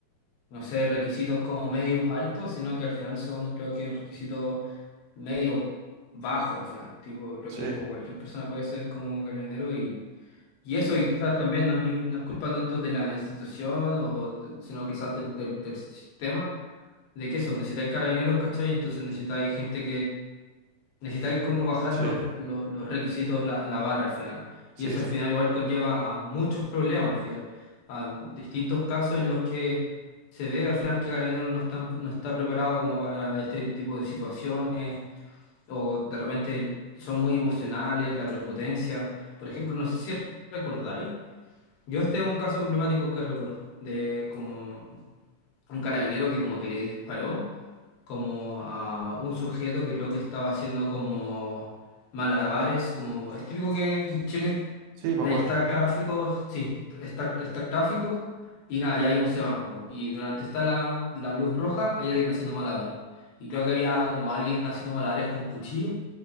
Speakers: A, on the left; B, on the right.
A: no sé, requisitos como medios altos, sino que al final son, creo que, requisitos medios bajos al final. Tipo, creo
B: Sí.
A: que como cualquier persona puede ser como carabinero y, y eso, y quizás también no es, mi- no es culpa tanto de la institución, o, de- sino quizás del, del, del sistema, de que eso, necesitáis carabineros, ¿cachai? Entonces necesitáis gente Necesitáis como bajar
B: Sí,
A: los, los- los requisitos, la, la vara al final.
B: sí,
A: Y eso
B: sí.
A: al final igual conlleva a muchos problemas al final. A distintos casos en los que se ve al final que Carabineros no está, no está preparado como para este tipo de situaciones. O de repente son muy emocionales, la prepotencia. Por ejemplo, no sé si recordáis. Yo este es un caso emblemático que recuerdo. De como un carabinero que como que le disparó como a un sujeto que creo que estaba haciendo como malabares, como es típico que en Chile
B: Sí,
A: de
B: me acuerdo.
A: estar gráfico, sí, estar, estar gráfico y nada, y hay un semáforo. Y durante está la, la luz roja, hay alguien haciendo malabares. Y creo que había como alguien haciendo malabares con cuchillo